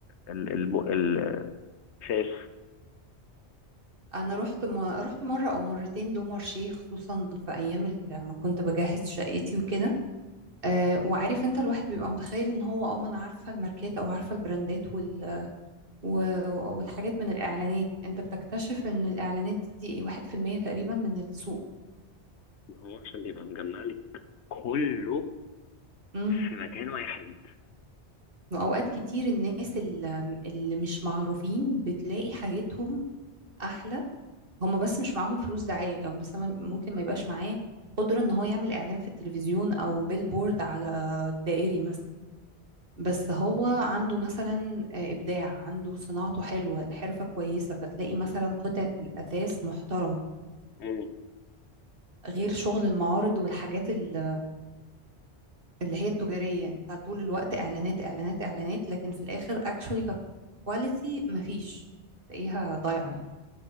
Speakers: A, on the left; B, on the right.
A: ال- الم- ال- الشاش
B: انا رحت م... رحت مره او مرتين لو مارشيه خصوصا في ايام ال- لما كنت بجهز شقتي وكده أه وعارف انت الواحد بيبقى متخيل ان هو اه ما انا عارفه الماركات او عارفه البراندات وال... و... والحاجات من الاعلانات انت بتكتشف ان الاعلانات دي 1% تقريبا من السوق
A: ما هو عشان بيبقى مجمع لك كله
B: امم
A: في مكان واحد
B: واوقات كتير الناس اللي... اللي مش معروفين بتلاقي حاجتهم احلى هم بس مش معاهم فلوس دعاية او مثلا ممكن ما يبقاش معاه قدرة ان هو يعمل اعلان في التلفزيون او بيلبورد على الدائري مثلا بس هو عنده مثلا آه، ابداع عنده صناعته حلوة الحرفة كويسة فتلاقي مثلا قطعة الاثاث محترمة
A: مم.
B: غير شغل المعارض والحاجات ال- اللي هي التجارية انت طول الوقت اعلانات اعلانات اعلانات لكن في الاخر اكشولي ككواليتي مفيش تلاقيها ضايعة يعني